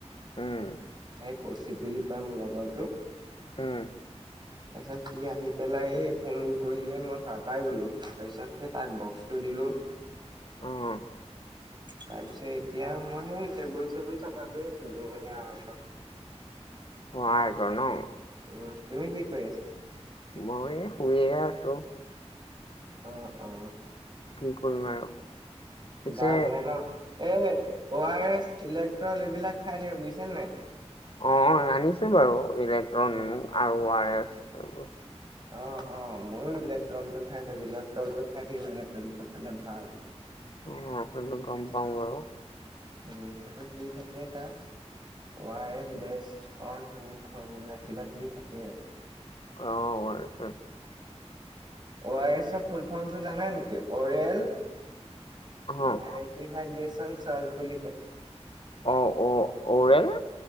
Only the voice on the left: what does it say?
উম।
উম।
অ',
হোৱা এঘৰ ন
মই শুইয়ে আছো
কি কৰিম আৰু পিছে
অ আনিছো বাৰু ইলেক্ট্ৰন আউ আৰ এছ এইবোৰ
অ সেইটো গম পাওঁ বাউ
অ, অ আৰ এছ চে
অ',
অ অ অৰেল